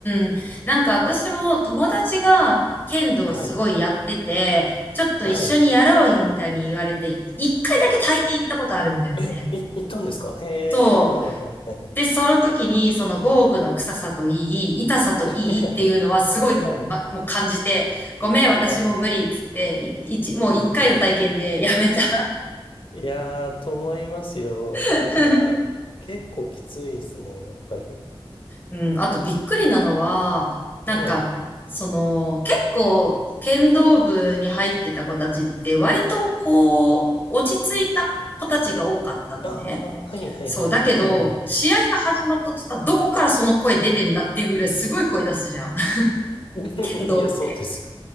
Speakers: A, on the left; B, on the left.
A: うん。なんか私も友達が剣道すごいやってて、
B: はい。
A: ちょっと一緒にやろうよみたいに言われて、
B: はい。
A: い一回だけ体験行ったことあるんだよね。
B: え、い、行ったんですかえー、
A: そう。
B: はいはいはい。
A: で、その時に、その防具の臭さといい、痛さといいっていうのはすごい、
B: <laughs> はい。
A: ま、もう感じて、ごめん、私もう無理っつって、
B: いやー、
A: い一、もう一回の体験でやめた。
B: うん。いやー、と思いますよ。
A: <laughs>
B: なんか、結構きついですもん、やっぱり。
A: うん、あとびっくりなのは、なんか、
B: はい。
A: その、結構、剣道部に入ってた子たちって割とこう、落ち着いた子たちが多かったのね。
B: ああ、はいはいはい。
A: そう、だけど、
B: うん
A: 試合が始まった途端、どこからその声出てんだっていうぐらいすごい声出すじゃん。<laughs>
B: うん。<laughs>
A: 剣道って。
B: いや、そうですよ。